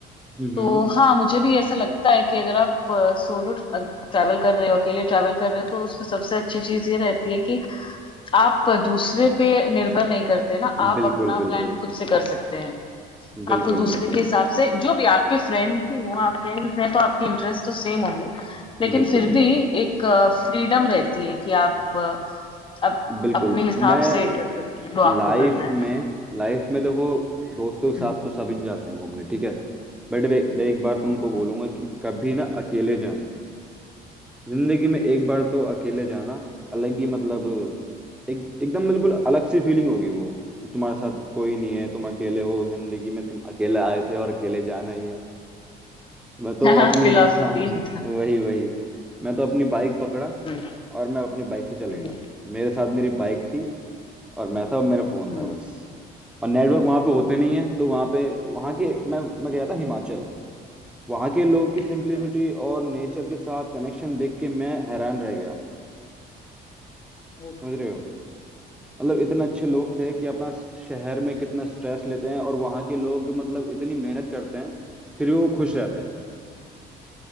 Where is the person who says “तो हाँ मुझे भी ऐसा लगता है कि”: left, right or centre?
Left